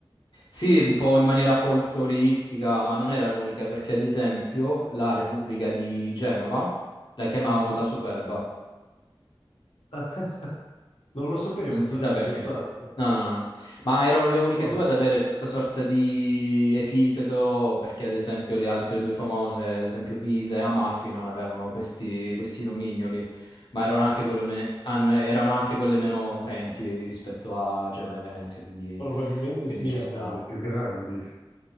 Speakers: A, on the left; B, on the left.
A: Sì, un po' in maniera folcloristica, ma non era l'unica, perché ad esempio la Repubblica di Genova la chiamavano
B: Mhm.
A: la Superba,
B: <laughs> Non lo sapevo,
A: non
B: sai,
A: si sa perché.
B: questa è
A: No, no, no. Ma erano le uniche
B: forte.
A: due ad avere questa sorta di epiteto, perché ad esempio le altre due famose, ad esempio Pisa e Amalfi, non avevano questi, questi nomignoli, ma erano anche, quello me- an- erano anche quelle meno potenti rispetto a Genova e Venezia, quindi,
B: Probabilmente
A: quindi
B: sì,
A: ci
B: erano
A: sta.
B: le più grandi